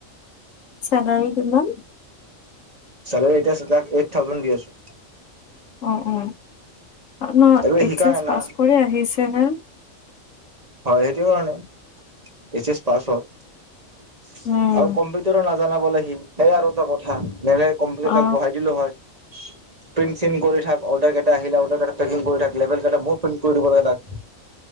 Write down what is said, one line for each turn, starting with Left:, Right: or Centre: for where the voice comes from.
Left: চেলাৰী কিমান
Right: চেলেৰী এতিয়া তাক এইট থাউজেণ্ড দি আছো।
Left: অ অ ন
Right: আৰু
Left: এইচ
Right: শিকা
Left: এচ
Right: নাই
Left: পাছ
Right: না
Left: কৰি আহিছে হে।
Right: হয় সেইটোৱে কাৰণে এইচ এচ, পাছ হওক।
Left: উম
Right: আৰু কম্পিউটাৰো নাজানাবলৈ সি সেইয়াই আৰু এটা কথা। নে কম্পিউটাৰাক
Left: অ
Right: বহাই দিলো হয় প্ৰিন্ট চ কৰি থাক অৰ্ডাৰ কেইটা আহিলে অদাৰ। থাকেল ক ম কৰি দিব লাগে তাক।